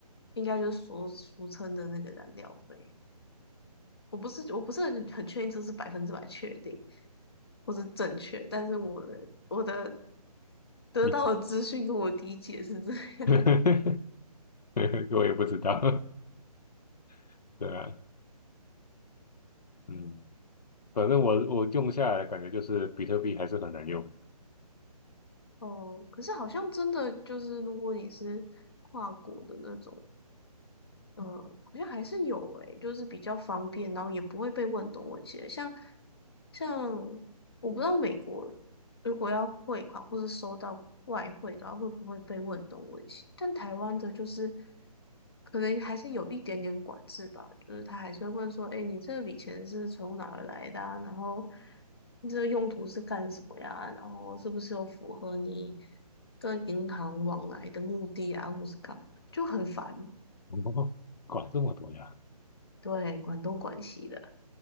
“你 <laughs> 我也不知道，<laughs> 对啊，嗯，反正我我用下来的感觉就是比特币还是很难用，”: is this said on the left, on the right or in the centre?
Left